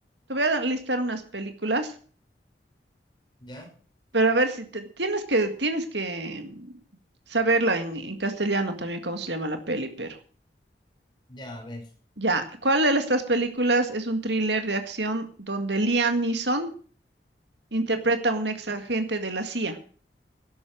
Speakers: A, on the right; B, on the left.
A: Te voy a dar- listar unas películas,
B: ¿Ya?
A: pero a ver si te, tienes que, tienes que mm, saberla en, en castellano también, cómo se llama la peli, pero.
B: Ya, a ver.
A: Ya, ¿cuál de estas películas es un thriller de acción donde Liam Neeson interpreta a un ex agente de la CIA?